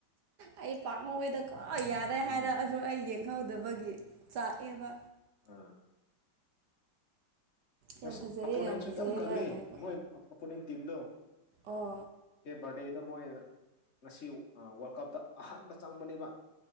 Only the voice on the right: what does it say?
ꯑꯩ ꯄꯥꯝ ꯑꯣꯏꯦꯗ ꯀ꯭ ꯌꯥꯔꯦ
ꯍꯥꯏꯔ ꯑꯗ ꯑꯩ ꯌꯦꯡꯍꯧꯗꯕꯒꯤ
ꯆꯥꯛꯑꯦꯕ
ꯌꯥꯝ
ꯐꯖꯩꯌꯦ
ꯐꯖꯩꯌꯦ
ꯂꯣꯏ ꯍꯥꯏꯔꯛꯄ
ꯑꯣ